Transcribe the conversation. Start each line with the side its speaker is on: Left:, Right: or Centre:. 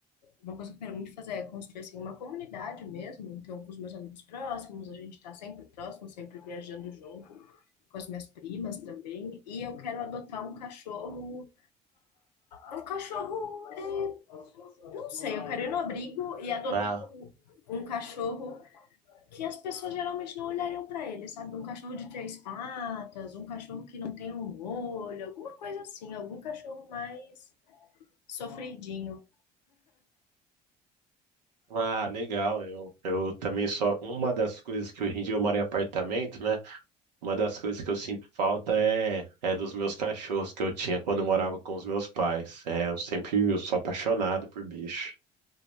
Left: Uma coisa que eu quero muito fazer é construir assim, uma comunidade mesmo. Então, com os meus amigos próximos, a gente está sempre próximo, sempre viajando junto, com as minhas primas também. E eu quero adotar um cachorro. Um cachorro, é, não sei, eu quero ir no abrigo e adotar
Right: Ah,
Left: um um cachorro que as pessoas geralmente não olhariam para ele, sabe? Um cachorro de três patas, um cachorro que não tem um olho, alguma coisa assim, algum cachorro mais sofridinho.
Right: ah, legal. Eu, eu também só uma das coisas que hoje em dia eu moro em apartamento, né? Uma das coisas que eu sinto falta é é dos meus cachorros que eu tinha quando eu morava com os meus pais. É, eu sempre eu sou apaixonado por bicho.